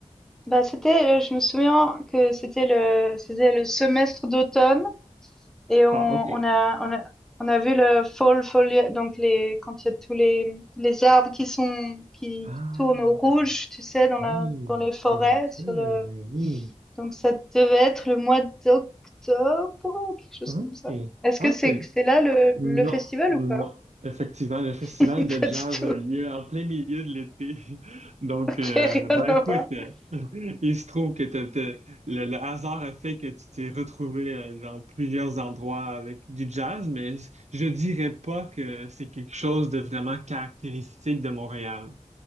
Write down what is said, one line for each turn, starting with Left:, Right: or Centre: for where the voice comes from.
Centre: Bah, c'était, heu, je me souviens que c'était le c'était le semestre d'automne Et on,
Right: Ah, ok.
Centre: on a, on a, on a vu le fall folia, donc les, quand il y a tous les, les arbres qui sont, qui,
Right: Ah,
Centre: qui tournent au rouge, tu sais, dans
Right: oui,
Centre: la, dans les forêts,
Right: bien
Centre: sur
Right: sûr,
Centre: le,
Right: mais oui.
Centre: donc ça devait être le mois d'octobre, quelque chose
Right: Ok.
Centre: comme ça. Est-ce que
Right: Ok.
Centre: c'est c'est là le,
Right: Non,
Centre: le festival
Right: non.
Centre: ou pas?
Right: Effectivement, le festival
Centre: <laughs>
Right: de
Centre: Pas
Right: jazz
Centre: du tout.
Right: a lieu en plein milieu de l'été. <laughs> Donc,
Centre: Ok,
Right: euh,
Centre: rien
Right: ben
Centre: à
Right: écoute,
Centre: voir.
Right: euh, <laughs> il se trouve que t'as- t'as- le, le hasard a fait que tu t'es retrouvé euh, dans plusieurs endroits avec du jazz, mais je dirais pas que c'est quelque chose de vraiment caractéristique de Montréal.